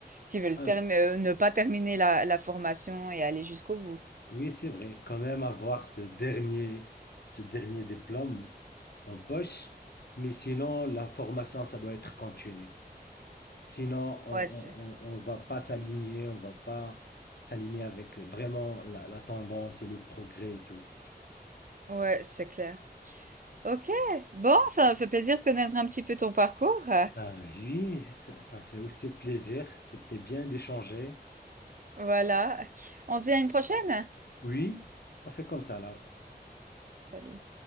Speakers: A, on the right (about 55°); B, on the left (about 70°).
A: qui veulent
B: Ah
A: termi- euh, ne pas terminer la, la formation et aller jusqu'au bout.
B: oui, c'est vrai. Quand même avoir ce dernier, ce dernier diplôme en poche, mais sinon, la formation, ça doit être continue. Sinon, on,
A: Ouais, c'est,
B: on, on on va pas s'aligner, on va pas s'aligner avec vraiment la, la tendance et le progrès et tout.
A: ouais, c'est clair. Ok, bon, ça me fait plaisir de connaître un petit peu ton parcours.
B: Ah oui, ça, ça fait aussi plaisir. C'était bien d'échanger.
A: Voilà, on se dit à une prochaine.
B: Oui, on fait comme ça là.
A: Salut.